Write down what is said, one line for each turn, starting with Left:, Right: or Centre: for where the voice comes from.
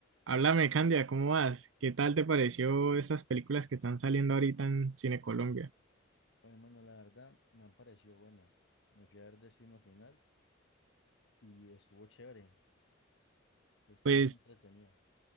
Right: Háblame, Candia, ¿cómo vas? ¿Qué tal te pareció estas películas que están saliendo ahorita en Cine Colombia?
Left: Oye, mano, la verdad me han parecido buenas. Me fui a ver Destino Final y estuvo chévere. Está
Right: Pues
Left: muy entretenida.